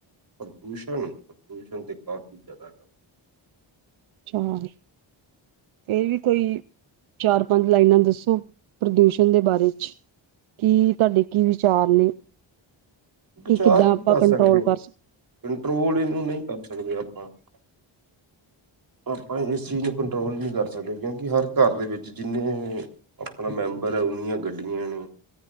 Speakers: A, on the right; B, on the right.
A: ਪ੍ਰਦੂਸ਼ਣ, ਪ੍ਰਦੂਸ਼ਣ ਤੇ ਕਾਫੀ ਜੈਦਾ ਹੈਗਾ।
B: <unintelligible> ਏ ਵੀ ਕੋਈ ਚਾਰ, ਪੰਜ ਲਾਈਨਾਂ ਦੱਸੋ ਪ੍ਰਦੂਸ਼ਣ ਦੇ ਬਾਰੇ ਚ। ਕੀ ਤੁਆਡੇ ਕੀ ਵਿਚਾਰ ਨੇ
A: ਵਿਚਾਰ
B: ਕਿ ਕਿੱਦਾਂ
A: ਕੀ
B: ਆਪਾਂ
A: ਕਰ
B: ਕੰਟਰੋਲ
A: ਸਕਦੇ ਓ,
B: ਕਰ ਸਕ
A: ਕੰਟਰੋਲ ਇਨੂੰ ਨਈ ਕਰ ਸਕਦੇ ਅਪਾਂ ਆਪਾਂ ਇਸ ਚੀਜ਼ ਨੂੰ ਕੰਟਰੋਲ ਨੀ ਕਰ ਸਕਦੇ ਕਿਉਂਕਿ ਹਰ ਘਰ ਦੇ ਵਿੱਚ ਜਿੰਨੇ ਅਪਣਾ ਮੈਂਬਰ ਐ ਓਨੀਆਂ ਗੱਡੀਆਂ ਨੇ।